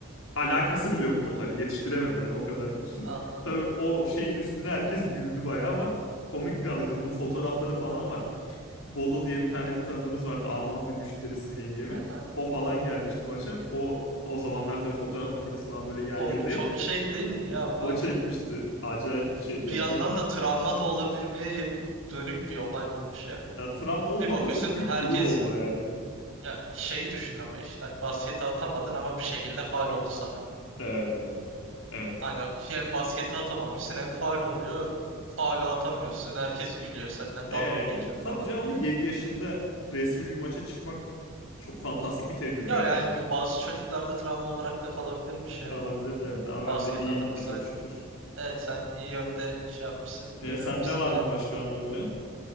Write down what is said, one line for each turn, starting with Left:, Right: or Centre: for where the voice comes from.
Left: alakası bile yok potayla. Yetiştiremedim yani o kadar güçsüzüm.
Right: Anladım.
Left: Tabii o şeyin üstüne herkes güldü bayağı ama komik bir anıydı. Bunun fotoğrafları falan var. Bodo diye bir tane bir tanıdığımız vardı. Alman bir müşterisi yengemin.
Right: Aha.
Left: O falan gelmişti maça. O o zamanlar tabii fotoğraf makinesi falan böyle yaygın
Right: Oğlum çok
Left: değil.
Right: şey değil mi ya? Ama
Left: O
Right: Hani
Left: çekmişti. Acayip bir şeydi ya.
Right: bir yandan
Left: Çok
Right: da travma da olabilmeye y- dönük bir olay olmuş yani.
Left: ya, travma olmadı.
Right: Bir bakıyorsun
Left: Çok büyük
Right: herkes
Left: gurur oldu yani.
Right: ya şey düşün ama işte hani basketi atamadın ama bir şekilde faal oldu sana.
Left: Evet evet. Evet.
Right: Hani hem basketi atamamışsın hem faul oluyor. Faulü atamıyorsun. Herkes gülüyor seninle
Left: Ee,
Right: dalga geçiyor falan.
Left: tabii canım ama 7 yaşında resmi bir maça çıkmak çok fantastik bir tecrübe
Right: Ya
Left: yani.
Right: yani bu bazı çocuklarda travma olarak da kalabilirmiş yani.
Left: Kalabilirdi evet ama ben
Right: Basketi
Left: de iyi
Right: atamasaydın.
Left: gitti çok şükür.
Right: Evet sen iyi yönde şey yapmışsın.
Left: Ne
Right: Yönetmişsin
Left: sende var
Right: kendini.
Left: mı başka anı öyle?